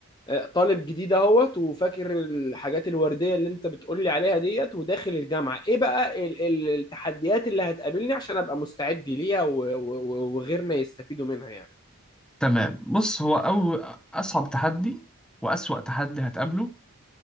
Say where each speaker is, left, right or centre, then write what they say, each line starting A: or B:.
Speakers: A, on the left; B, in the centre.
A: آه، طالب جديد اهوت وفاكر الحاجات الوردية اللي انت بتقولي عليها ديت وداخل الجامعة ايه بقى ال- ال- التحديات اللي هتقابلني عشان ابقى مستعد ليها و- و- و- وغيرنا يستفيدوا منها يعني
B: تمام بص هو أول أصعب تحدي وأسوأ تحدي هتقابله